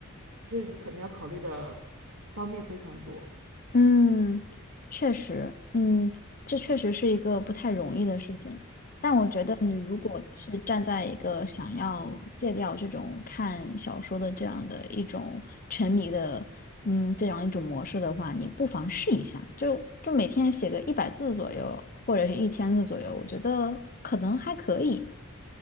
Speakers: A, on the right (about 65°); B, on the left (about 40°).
A: 就是你可你要考虑的方面非常多。
B: 嗯，确实，嗯，这确实是一个不太容易的事情。但我觉得，你如果是站在一个想要戒掉这种看小说的这样的一种沉迷的，嗯，这样一种模式的话，你不妨试一下，就就每天写个一百字左右，或者是一千字左右，我觉得可能还可以。